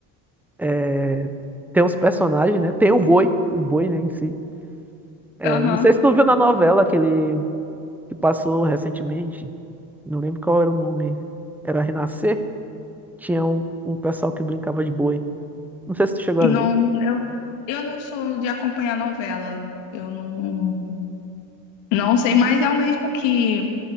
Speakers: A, in the centre; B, on the left.
A: é, tem uns personagens, né? Tem o boi, o boi, né, em si. É,
B: Aham.
A: não sei se tu viu na novela que ele que passou recentemente, não lembro qual era o nome, era Renascer? Tinha um, um pessoal que brincava de boi. Não sei se tu chegou
B: Não,
A: a ver.
B: eu, eu não sou de acompanhar novela. Eu não, não sei, mas é o mesmo que